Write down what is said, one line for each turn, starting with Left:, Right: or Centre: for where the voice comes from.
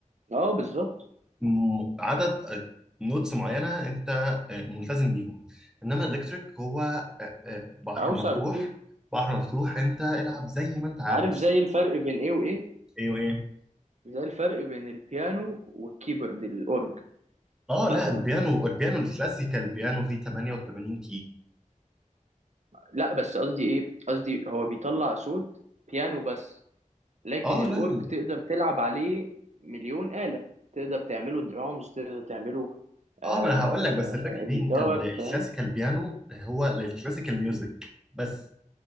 Right: اه بالظبط
Centre: م- عدد نوتس معينة أنت آه، ملتزم بيهم إنما الإلكتريك هو آه، آه، بحر
Right: اوسع
Centre: مفتوح
Right: بكتير
Centre: بحر مفتوح أنت العب زي ما أنت عاوز
Right: عارف زي الفرق بين ايه وايه
Centre: ايوه ايه
Right: زي الفرق بين البيانو والكيبورد الاورج
Centre: اه
Right: مثلا
Centre: لا البيانو البيانو الكلاسيكال البيانو فيه 88
Right: لا بس قصدي ايه قصدي هو بيطلع صوت بيانو بس لكن
Centre: اه
Right: الأورج
Centre: لا ال-
Right: تقدر تلعب عليه مليون آلة تقدر تعمله درامز تقدر تعمله آه
Centre: اه ما انا هقول لك بس الفكره فين
Right: جيتار
Centre: ال- الكلاسيكال
Right: فاهم
Centre: بيانو هو للكلاسيكال ميوزك بس